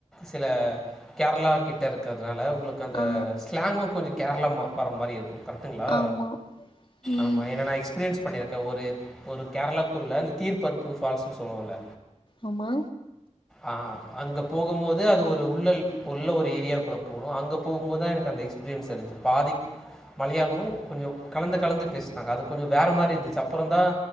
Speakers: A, in the centre; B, on the left.
A: சில கேரளா கிட்ட இருக்கறதுனால உங்களுக்கு அந்த
B: ஆ
A: ஸ்லாங்கும் கொஞ்சம் கேரளா வர மாரி இருக்கும் கரெக்டுங்ளா
B: ஆமா ம்
A: ஆமா ஏன்னா நா எக்ஸ் எக்ஸ்பீரியன்ஸ் பண்ணியிருக்காக ஊரு ஒரு கேரளாக்குள்ளே அந்த தீர்பருப்பு ஃபால்ஸ்ன்ன சொல்லுவுல
B: ஆமா
A: ஆஹ் அங்க போகும் போது அது ஒரு உள்ள உள்ள ஒரு ஏரியாக்குள்ள போகணும் அங்க போகும்போதுதான் எனக்கு அந்த எக்ஸ்பீரியன்ஸ் இருந்துச்சு பாதி மலயாளம் கொஞ்சம் கலந்து கலந்து பேசினாங்க அது கொஞ்சம் வேற மாரி இருந்துச்சு அப்பறம் தான்